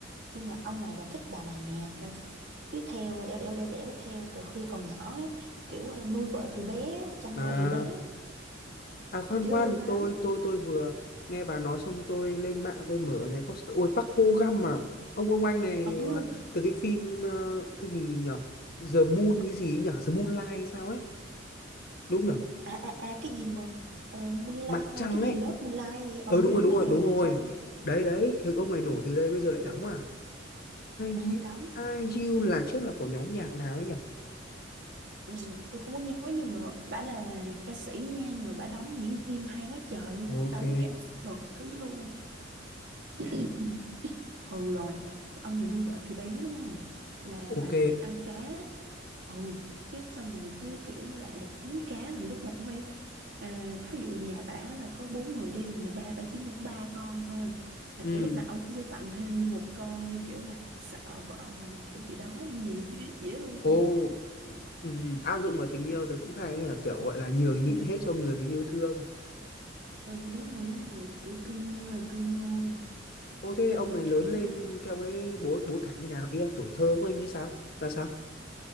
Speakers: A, on the right; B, on the left.
A: nhưng mà ông này là thích bà này nè là cứ theo lẻo đẻo lẻo đẻo theo từ khi còn nhỏ á, kiểu à, nuôi vợ từ bé chăm
B: à
A: vợ từ bé
B: à khoan
A: dễ
B: khoan
A: thương lắm
B: tôi tôi tôi vừa nghe bà nói xong tôi lên mạng tôi mở này poster ôi Park Bo Gum à ông ông anh này
A: ừ
B: à, từ cái phim ờ, cái gì nhở The Moon cái gì ấy nhở The Moonlight hay sao ấy đúng nhở
A: à à à cái gì mà uh, Moonlight
B: mặt trăng
A: cái gì
B: ấy
A: lớp Moonlight vậy ừ
B: ờ đúng rồi
A: đúng
B: đúng
A: rồi
B: rồi đúng
A: mặt
B: rồi
A: trăng
B: đấy đấy thì ông này nổi từ đây bây giờ lại
A: dễ
B: đóng à
A: ừ
B: IU
A: đóng
B: IU là trước là của nhóm nhạc nào ấy nhỉ
A: ừ, tôi không có nhớ nhưng mà bả là ca sĩ nha nhưng mà bả đóng diễn viên hay quá trời luôn
B: ok
A: á đóng cảm xúc thứ luôn <coughs> <clears throat> ừ rồi ông này nuôi vợ từ bé đúng không là
B: ok
A: bà này thích ăn cá ừ cái xong rồi cứ kiểu như là đánh cá là lúc nào cũng phải à, thí dụ nhà bả là có bốn người đi mà ba bả chỉ mua ba con thôi là
B: ừ
A: kiểu lúc nào ông cũng sẽ tặng thêm như một con như kiểu là sợ vợ mình kiểu bị đói hay gì <laughs> dễ thương
B: ô ừ. áp dụng vào tình yêu thì cũng hay ấy nhỉ kiểu gọi là nhường
A: ừ.
B: nhịn hết cho người mình yêu thương
A: ừ đúng rồi đúng rồi kiểu cưng ơi là cưng luôn
B: ô thế
A: xong
B: ông
A: á
B: này lớn
A: cái
B: lên theo cái bối bối cảnh như nào ý là tuổi thơ của anh như sao ra sao